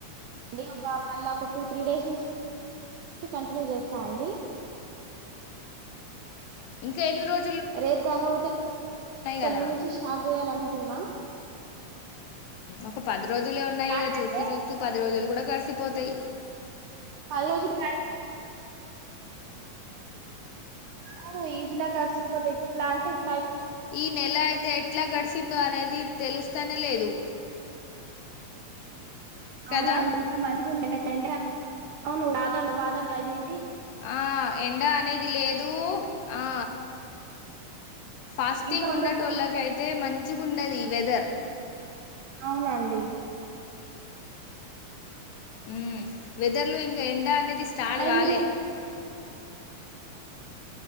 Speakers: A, on the right; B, on the left.
A: అ ఒక మళ్ళీ ఒక టూ త్రీ డేస్ నుంచి కంటిన్యూ చేస్తా అండి
B: ఇంకా ఎన్ని రోజు
A: రేపు కాకపోతే
B: కదా
A: ఎల్లు నుంచి స్టార్ట్ చేయాలనుకున్నా
B: ఒక పది రోజులే ఉన్నాయి
A: స్టార్ట్
B: ఇక చూస్తూ
A: అయితే
B: చూస్తూ పది రోజులు కూడా కలిసిపోతాయి
A: పళ అజు కాడ ఆవును ఈజీలాగా గడ్స్క్ పోతయి ఇట్ల అంటే ఇట్ల
B: ఈ నెల అయితే ఎట్లా గడిచిందో అనేది తెలుస్తేనే లేదు కదా
A: అవునండి ఇంకా మంచిది ఉ ఎంక అవును వాద వాదవ్య ఇదేంటి
B: ఆ ఎండ అనేది లేదు ఆ ఫాస్టింగ్
A: ఇంకా కొన్ని
B: ఉన్నట్
A: రోజులు
B: వాళ్ళకయితే మంచి గున్నది వెదర్
A: అవునండి
B: ఉ వెదర్లు ఇంకా ఎండ అనేది స్టాల్
A: మరి
B: గాలే
A: మీరు